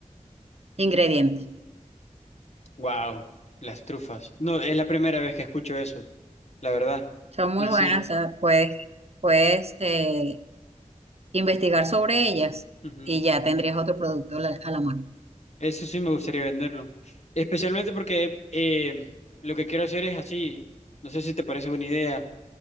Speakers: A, on the right (about 50°); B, on the left (about 55°).
A: ingrediente.
B: Wow, las trufas. No, es la primera vez que escucho eso, la verdad.
A: Son muy
B: Y
A: buenas,
B: sí.
A: o sea, puedes, puedes eh, investigar sobre ellas
B: Ujú.
A: y ya tendrías otro producto a la, a la mano.
B: Eso sí me gustaría venderlo. Especialmente porque eh, lo que quiero hacer es así. No sé si te parece buena idea.